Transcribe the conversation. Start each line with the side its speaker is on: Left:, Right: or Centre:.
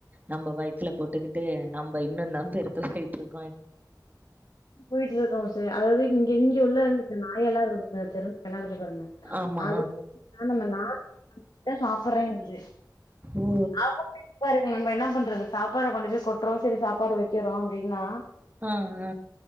Right: நம்ம வயிதுல போட்டுக்கிட்டு நம்ப இன்னும் நம்ப பெருத்து போயிட்டு இருக்கோம்
Left: போயிட்டு இருக்கம் சார் அதாவது இங்க இங்க உள்ள இந்த நாய் எல்லாம் இருக்கு திறன் நல்லாருக்கு ங்க
Right: ஆமா
Left: அதுக்கு தானம் பன்னால் நம்மல்ட சாப்டுறேன்குது
Right: ஓ
Left: அவுங்க பாருங்க ந என்ன பண்றது. சாப்பாட கொண்டு போய் கொட்டுறோம் சரி சாப்பாட வைக்கிறோம் அப்படின்னா.
Right: ஆஹ ஆஹ.